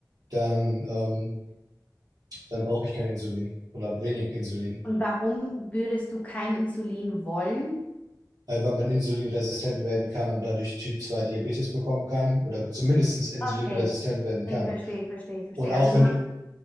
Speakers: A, on the right; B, on the left.
A: dann, ähm, dann brauche ich kein Insulin oder wenig Insulin,
B: Und warum würdest du kein Insulin wollen?
A: äh, weil man insulinresistent werden kann und dadurch Typ 2 Diabetes bekommen kann oder zumindest insulinresistent
B: Okay,
A: werden kann.
B: ich verstehe, ich verstehe, ich verstehe.
A: Und auch
B: Also du
A: wenn
B: machst,
A: du,